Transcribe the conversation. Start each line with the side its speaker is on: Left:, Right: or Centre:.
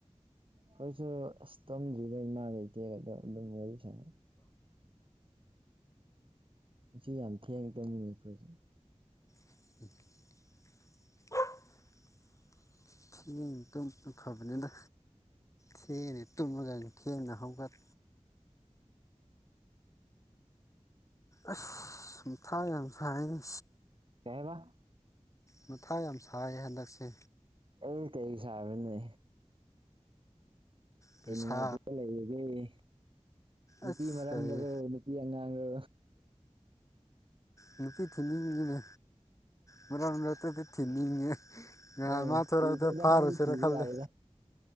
Right: ꯈꯣꯏꯁꯨ ꯑꯁ ꯇꯝꯗ꯭ꯔꯤꯉꯩ ꯏꯃꯥ ꯂꯩꯇꯦꯒꯗ ꯑꯗꯨꯝ ꯋꯥꯔꯤ ꯁꯥꯏ ꯁꯤ ꯌꯥꯝ ꯊꯦꯡꯉ ꯇꯧꯃꯤꯅꯦ ꯑꯩꯈꯣꯏꯁꯦ
Left: <inaudible> ꯊꯦꯡꯅ ꯇꯨꯝ ꯐꯕꯅꯤꯅ ꯊꯦꯡꯉ ꯇꯨꯝꯃꯒ ꯊꯦꯡꯅ ꯍꯧꯒꯠ ꯑꯁ ꯃꯊꯥ ꯌꯥꯝ ꯁꯥꯏꯗ
Right: ꯀꯩꯕ
Left: ꯃꯊꯥ ꯌꯥꯝ ꯁꯥꯏ ꯍꯟꯗꯛꯁꯦ
Right: ꯑꯩ ꯀꯩ ꯁꯥꯕ꯭ꯔꯅꯦ
Left: ꯄꯩꯁꯥ
Right: ꯀꯩ ꯅꯨꯡꯉꯥꯏꯇꯕ ꯂꯩꯔꯒꯦ ꯅꯨꯄꯤ
Left: ꯑꯁ
Right: ꯃꯔꯝꯗꯔꯣ
Left: ꯀꯔꯤ
Right: ꯅꯨ ꯄꯤ ꯑꯉꯥꯡꯔꯣ
Left: ꯅꯨꯄꯤ ꯊꯤꯅꯤꯡꯉꯤꯅꯦ ꯃꯔꯛ ꯃꯔꯛꯇꯗꯤ ꯊꯤꯅꯤꯡꯉꯦ
Right: ꯑꯥ
Left: ꯉꯍꯥꯟ ꯃꯥ ꯊꯣꯔꯛꯗꯣ
Right: ꯊꯤꯈ꯭ꯔꯣꯗ
Left: ꯐꯥꯔꯨꯁꯤꯔ
Right: ꯅꯪꯗꯤ ꯊꯤꯕ
Left: ꯈꯜꯂꯦ
Right: ꯌꯥꯔꯦꯗ